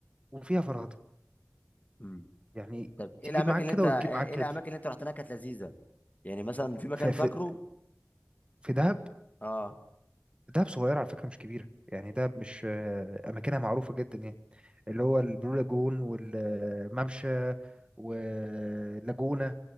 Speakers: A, on the right; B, on the left.
A: وفيها فرهضة
B: امم
A: يعني
B: طب ايه
A: تجيب
B: الاماكن
A: معاك
B: اللي
A: كده
B: انت ايه
A: وتجيب معاك كده
B: الاماكن اللي انت رحت هناك كانت لذيذة يعني مثلا في مكان
A: ففي
B: فاكره
A: في دهب
B: اه
A: دهب صغيرة على فكرة مش كبيرة يعني دهب مش آه، أماكنها معروفة جدا يعني اللي هو البلو لاجون والممشى واللاجونة